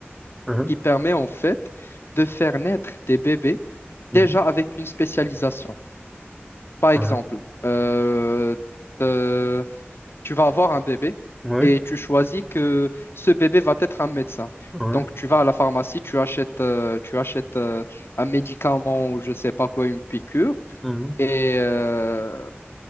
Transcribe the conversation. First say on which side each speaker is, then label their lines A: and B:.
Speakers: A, in the centre; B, on the left (about 65°).
A: Mhm,
B: qui permet en fait de faire naître des bébés
A: mhm,
B: déjà avec une spécialisation. Par exemple,
A: mhm.
B: euh, euh, tu vas avoir un bébé
A: Ouais,
B: et tu choisis que ce bébé va être un médecin.
A: ouais.
B: Donc, tu vas à la pharmacie, tu achètes, euh, tu achètes euh, un médicament ou je sais pas quoi, une piqûre.
A: mhm.
B: Et euh,